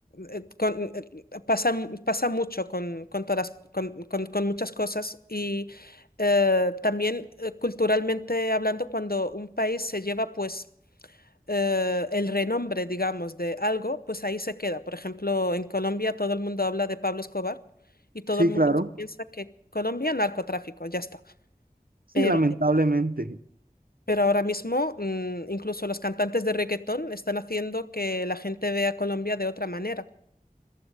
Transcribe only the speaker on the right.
Sí,
claro.
Sí,
lamentablemente.